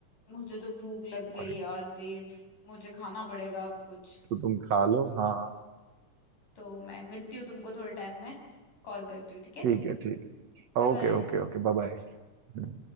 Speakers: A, on the left (about 70°); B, on the right (about 60°).
A: मुझे तो भूख लग गई
B: और
A: यार देव मुझे खाना पड़ेगा अब कुछ
B: तो तुम खा लो हाँ हाँ
A: तो मैं मिलती हूँ तुमको थोड़े टाइम में कॉल करती हूँ ठीक है
B: ठीक है ठीक है,
A: Bye
B: okay
A: bye
B: okay okay bye Bye